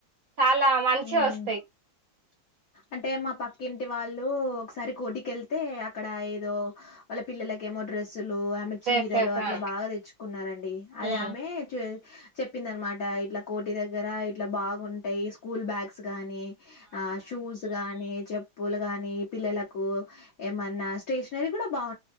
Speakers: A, on the right (about 60°); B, on the left (about 65°).
A: చాలా మంచి
B: ఉమ్
A: వస్తాయి
B: అంటే మా పక్కింటి వాళ్ళు. ఒకసారి కోటి కి వెళ్లితే అక్కడ ఏదో వాళ్ళ పిల్లలకి ఏమో డ్రె అసలు ఆమె చీరలు
A: డ్రెస్సెస్
B: అట్ల
A: ఆ
B: బాగా తెచ్చుకున్నారండి అది
A: ఉమ్
B: ఆమె చె హా చెప్పిందనమాట ఇట్ల కోటి దగ్గర ఇట్ల బాగు ఉన్ టై యిస్ స్కూల్ బ్యాగ్స్ గానీ నీ ఆ షూస్ గానీ చెప్ పూలుగానీ ఇప్ పిల్లలకు ఎమన్ నా స్టేషనరీ కూడా బాగు